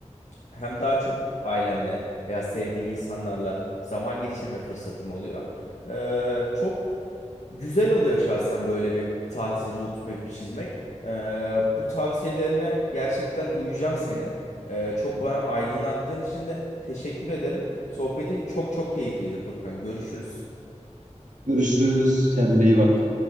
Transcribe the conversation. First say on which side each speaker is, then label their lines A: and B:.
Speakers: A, on the left; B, on the right.
A: hem daha çok ailemle veya sevdiğim insanlarla zaman geçirme fırsatım oluyor. Ee, çok güzel oluyor şahsen böyle bir tatil route map'i çizmek. Ee, bu tavsiyelerine gerçekten uyacağım senin. Ee, çok bana aydınlattığın için de teşekkür ederim. Sohbetin çok çok keyifliydi Furkan. Görüşürüz.
B: Görüşürüz. Kendine iyi bak.